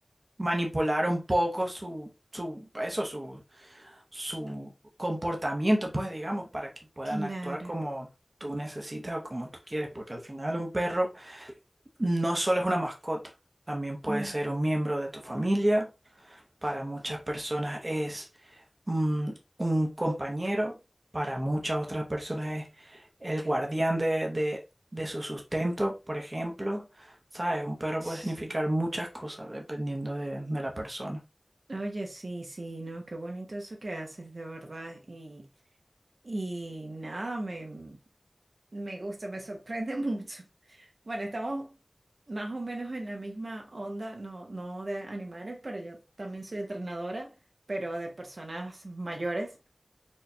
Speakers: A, on the right; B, on the right.
A: manipular un poco su, su, eso, su comportamiento, pues digamos, para que puedan
B: Claro.
A: actuar como tú necesitas o como tú quieres, porque al final un perro no solo es una mascota, también puede
B: Mm,
A: ser un miembro de tu familia, para muchas personas es mm, un compañero, para muchas otras personas es el guardián de, de, de su sustento, por ejemplo. ¿Sabes? Un perro
B: sí.
A: puede significar muchas cosas dependiendo de, de la persona.
B: Oye, sí, sí, ¿no? Qué bonito eso que haces, de verdad. Y, y nada, me... Me gusta, me sorprende <laughs> mucho. Bueno, estamos más o menos en la misma onda, no, no de animales, pero yo también soy entrenadora, pero de personas mayores,